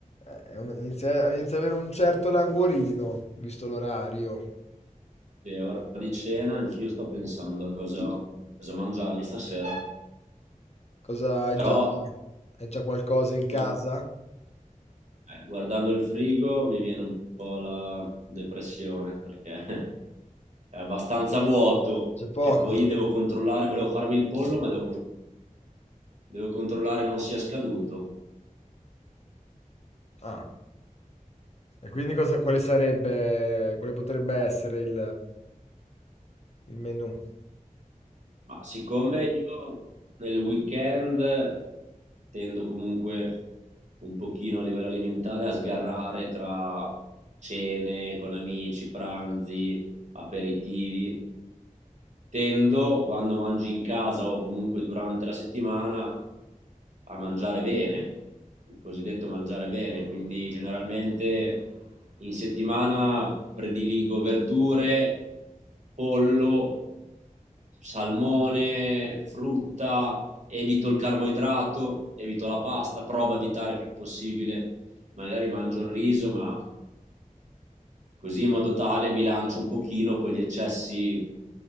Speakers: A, on the left; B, on the right.
A: Eh, è un- inizia, inizia ad avere un certo languorino, visto l'orario.
B: Sì, È ora di cena, anch'io sto pensando a cosa, cosa mangiarmi stasera,
A: Cosa hai già,
B: però
A: hai già qualcosa in casa?
B: guard- eh, guardando il frigo mi viene un po' la depressione perché <laughs> è abbastanza vuoto
A: C'è poco.
B: e poi devo controllare, volevo farmi il pollo, ma devo, con- devo controllare non sia scaduto.
A: Ah, e quindi cosa, quale sarebbe, quale potrebbe essere il, il menù?
B: Ma siccome io nel weekend tendo comunque un pochino a livello alimentare a sgarrare tra cene con amici, pranzi, aperitivi. Tendo, quando mangi in casa o comunque durante la settimana, a mangiare bene, il cosiddetto mangiare bene, quindi generalmente in settimana prediligo verdure, pollo, salmone, frutta, evito il carboidrato, evito la pasta, provo a evitare il più possibile, magari mangio il riso, ma così in modo tale bilancio un pochino con gli eccessi